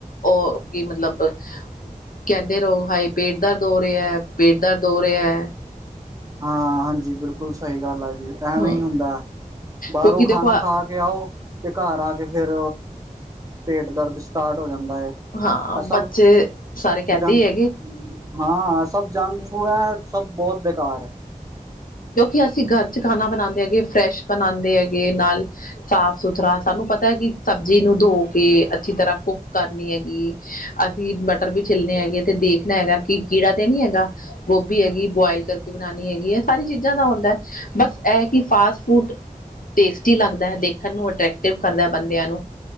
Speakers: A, on the left; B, on the right.
A: ਉਹ ਕੀ ਮਤਲਬ ਕਹਿੰਦੇ ਰਹੋ ਹਏ। ਪੇਟ ਦਰਦ ਹੋ ਰਿਹਾ-ਪੇਟ ਦਰਦ ਹੋ ਰਿਹਾ ਹੈ।
B: ਹਾਂ-ਹਾਂਜੀ, ਬਿਲਕੁਲ ਸਹੀ ਗੱਲ ਹੈ ਜੀ ਐਵੇਂ
A: ਹਮ
B: ਹੀ ਹੁੰਦਾ ਬਾਹਰੋਂ
A: ਕਿਉਂਕਿ
B: ਖਾਣਾ
A: ਦੇਖੋ
B: ਖਾ ਕੇ ਆਓ ਤੇ ਘਰ ਆ ਕੇ ਫਿਰ ਪੇਟ ਦਰਦ ਸਟਾਰਟ ਹੋ ਜਾਂਦਾ ਹੈ।
A: ਹਾਂ
B: ਅਸਲ
A: ਬੱਚੇ ਸਾਰੇ ਕਹਿੰਦੇ
B: ਜੰਗ
A: ਹੀ ਹੈਗੇ
B: ਹਾਂ, ਸਭ ਜੰਗ ਫੂਡ ਹੈ ਸਭ ਬਹੁਤ ਬੇਕਾਰ ਹੈ।
A: ਕਿਉਂਕਿ ਅਸੀਂ ਘਰ ਚ ਖਾਣਾ ਬਣਾਉਂਦੇ ਹੈਗੇ ਫਰੈਸ਼ ਬਣਾਉਂਦੇ ਹੈਗੇ ਨਾਲ ਸਾਫ ਸੁਥਰਾ ਸਾਨੂੰ ਪਤਾ ਹੈ ਕਿ ਸਬਜ਼ੀ ਨੂੰ ਧੋ ਕੇ ਅੱਛੀ ਤਰ੍ਹਾਂ ਕੁੱਕ ਕਰਨੀ ਹੈਗੀ। ਅਸੀਂ ਭਟਰ ਵੀ ਛਿੱਲਦੇ ਹੈਗੇ ਤੇ ਦੇਖਣਾ ਹੈਗਾ ਕਿ ਕੀੜਾ ਤੇ ਨੀ ਹੈਗਾ। ਗੋਭੀ ਹੈਗੀ ਬੁਆਇਲ ਕਰਕੇ ਬਣਾਉਣੀ ਹੈਗੀ ਹੈ। ਸਾਰੀ ਚੀਜ਼ਾਂ ਦਾ ਹੁੰਦਾ ਹੈ ਬਸ ਇਹ ਕਿ ਫਾਸਟ ਫੂਡ ਟੇਸਟੀ ਲੱਗਦਾ ਹੈ ਦੇਖ ਸਬਨੂੰ ਅਟਰ੍ਰੈਕਟਿਵ ਕਰਦਾ ਬੰਦਿਆਂ ਨੂੰ